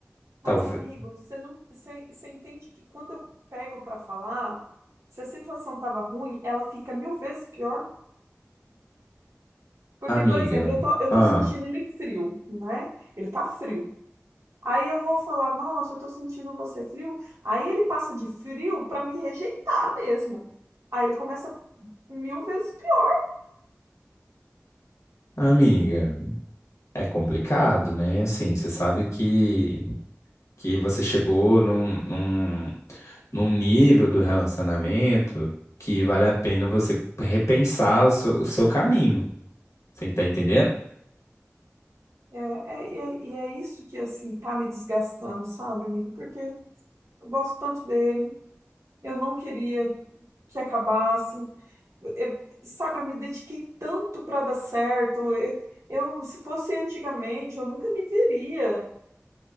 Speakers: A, on the right (about 75°); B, on the left (about 75°).
A: Mas,
B: Talvez,
A: amigo, você não, você, você entende que quando eu pego para falar, se a situação tava ruim, ela fica mil vezes pior. Porque,
B: amiga,
A: por exemplo, eu tô, eu
B: ah,
A: tô sentindo ele frio, né? Ele tá frio. Aí eu vou falar, nossa, eu tô sentindo você frio. Aí ele passa de frio para me rejeitar mesmo. Aí ele começa mil vezes pior.
B: amiga, é complicado, né? Assim, você sabe que que você chegou num, num, num nível do relacionamento que vale a pena você repensar o seu, o seu caminho. Você tá entendendo?
A: É, é, e é, e é isso que, assim, tá me desgastando, sabe, amigo? Porque eu gosto tanto dele, eu não queria que acabasse. Eu- sabe, eu me dediquei tanto para dar certo. Eu, eu, se fosse antigamente, eu nunca me veria,